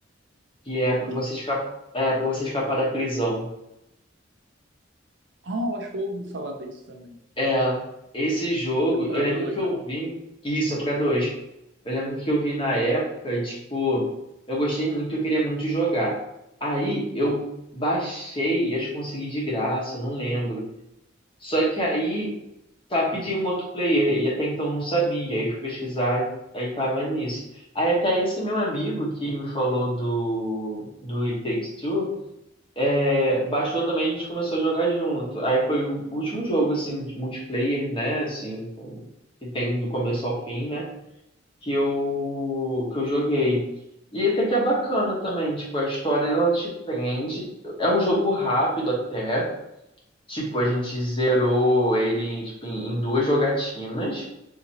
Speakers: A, on the left; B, on the right.
A: que é
B: ó,
A: para
B: que-
A: você escapar, é para você escapar da prisão.
B: Ah, eu acho que eu ouvi falar desse também.
A: É, esse jogo, eu
B: Pra
A: lembro
B: dois,
A: que eu
B: né?
A: vi isso, é para dois. Eu lembro que eu vi na época, e, tipo, eu gostei muito, eu queria muito jogar. Aí eu baixei, acho que consegui de graça, não lembro. Só que aí tá pedindo um outro player e até então eu não sabia, aí fui pesquisar, aí tava nisso. Aí até esse meu amigo que me falou do do It Takes Two É, Baixou também, a gente começou a jogar junto. Aí foi o último jogo, assim, de multiplayer, né? Assim, com- que tem do começo ao fim, né? Que eu, que eu joguei. E até que é bacana também, tipo, a história ela te prende. É um jogo rápido até. Tipo, a gente zerou ele em, tipo, em em duas jogatinas.